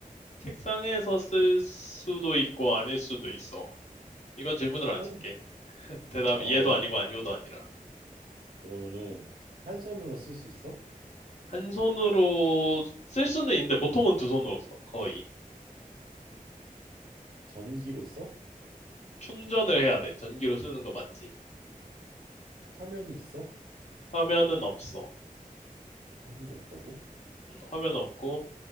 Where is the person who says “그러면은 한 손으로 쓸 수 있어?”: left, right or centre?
Right